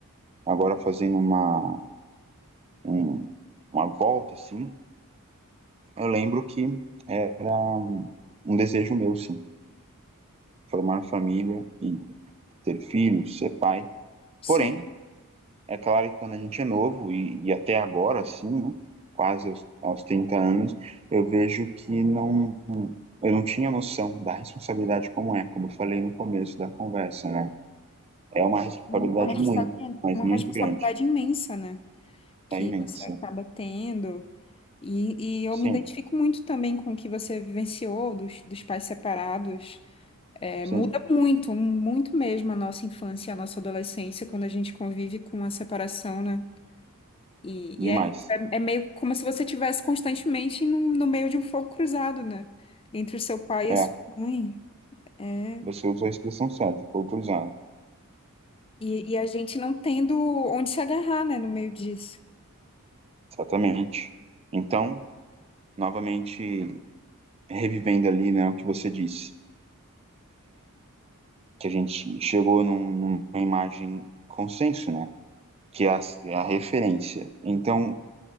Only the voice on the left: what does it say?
sim.
Uma responsa-
uma
responsabilidade
imensa, né? Que
você acaba tendo. E, e eu
me identifico muito também com o que você vivenciou dos, dos pais separados. É,
muda muito, muito mesmo a nossa infância, a nossa adolescência, quando a gente convive com a separação, né? E,
e é, isso, é, é meio como se você tivesse constantemente no, no meio de um fogo cruzado, né? Entre o seu pai
e a sua mãe. É,
E, e a gente não tendo onde se agarrar, né, no meio disso.